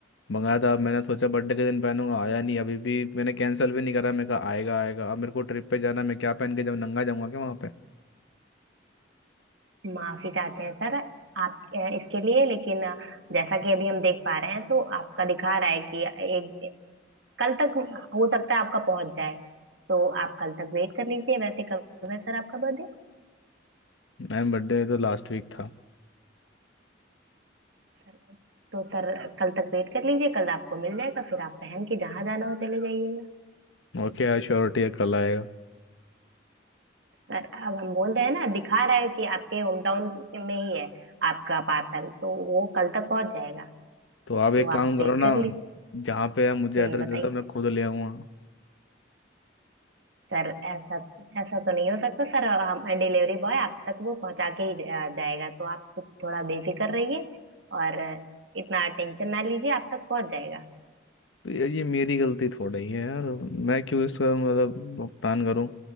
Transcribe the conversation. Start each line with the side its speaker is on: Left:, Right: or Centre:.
Left: मंगाया था मैंने सोचा बर्थडे के दिन पहनूंगा आया नहीं अभी भी मैंने कैंसिल भी नहीं करा मैं कहा आएगा आएगा अब मेरे को ट्रिप पे जाना है, मैं क्या पहन के जब नंगा जाऊंगा क्या वहाँ पे
Right: माफी चाहते हैं सर आप अ, इसके लिए लेकिन अ, जैसा कि अभी हम देख पा रहे हैं तो आपका दिखा रहा है कि एक कल तक हो सकता है आपका पहुंच जाए तो आप कल तक वेट कर लीजिए वैसे कब है सर आपका बर्थडे
Left: मैम बर्थडे तो लास्ट वीक था
Right: सर तो सर कल तक वेट कर लीजिए कल आपको मिल जाएगा फिर आप पहन के जहां जाना हो चले जाइएगा
Left: ओके यार श्योरिटी है कल आएगा
Right: सर अब हम बोल रहे हैं ना दिखा रहा है कि आपके होम टाउन में ही है आपका पार्सल तो वो कल तक पहुंच जाएगा
Left: तो आप एक
Right: तो
Left: काम
Right: आप
Left: करो
Right: वेट कर
Left: ना
Right: लीजिए
Left: जहाँ पे आप मुझे
Right: हम्म
Left: एड्रेस
Right: बताइए
Left: दे दो मैं खुद ले आऊँगा
Right: सर ऐसा ऐसा तो नहीं हो सकता सर हम डिलीवरी बॉय आप तक वो पहुंचा के ही जा- जाएगा तो आप कुछ थोड़ा बेफिक्र रहिए और इतना टेंशन ना लीजिए आप तक पहुंच जाएगा
Left: तो ये, ये मेरी गलती थोड़ा ही है यार मैं क्यों इसका मतलब भुगतान करूँ